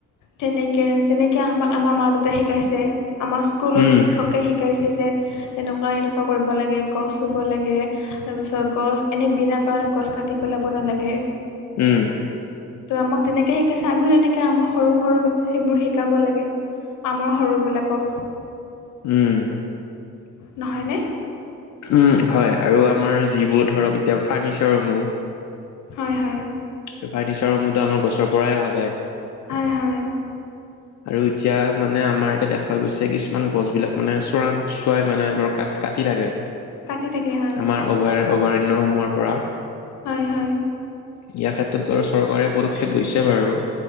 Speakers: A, on the left; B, on the left.
A: তেনেকে যেনেকে আমাক আমাৰ মা দেউতাই শিকাইছে। আমাৰ স্কুলত
B: উম,
A: শিক্ষকে শিকাইছে যে এনেকোৱা এনেকোৱা কৰিব লাগে গছ ৰুব লাগে তাৰ পিছত গছ এনেই বিনা কাৰণত গছ কাটি পেলাব নালাগে।
B: উম,
A: ত' আমাক তেনেকে শিকাইছে আমিও তেনেকে আমাক সৰু সৰু বা সেইবোৰ শিকাব লাগে আমাৰ সৰুবিলাকক
B: উম
A: নহয়নে
B: উম হয় আৰু আমাৰ যিবোৰ ধৰক এতিয়া ফাৰ্ণিচাৰসমূহ
A: হয় হয়
B: সেই ফাৰ্নিচাৰসমূহতো আমাৰ গছৰ পৰাই অহা যায়
A: হয় হয়
B: আৰু এতিয়া মানে আমাৰ এতিয়া দেখা গৈছে কিছুমান গছ বিলাক মানে চোৰাং চোৱাই মানে বাৰ কাট কাটি থাকে আমাৰ
A: কাটি থাকে হয়
B: অভয়াৰ অভয়াৰণ্যসমূহৰ পৰা
A: হয় হয়
B: ইয়াৰ ক্ষেত্ৰত বাৰু চৰকাৰে পদক্ষেপ লৈছে বাৰু